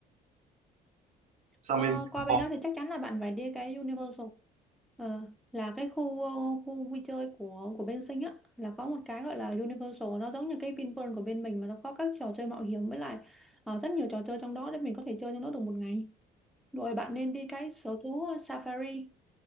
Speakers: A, on the right; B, in the centre.
A: sang
B: Ờ,
A: bên Singapore
B: qua bên đó thì chắc chắn là bạn phải đi cái Universal Ờ, là cái khu khu vui chơi của của bên Sinh á là có một cái gọi là Universal nó giống như cái Vinpearl của bên mình mà nó có các trò chơi mạo hiểm với lại ờ, rất nhiều trò chơi trong đó để mình có thể chơi trong đó được một ngày rồi bạn nên đi cái sở thú ờ, Safari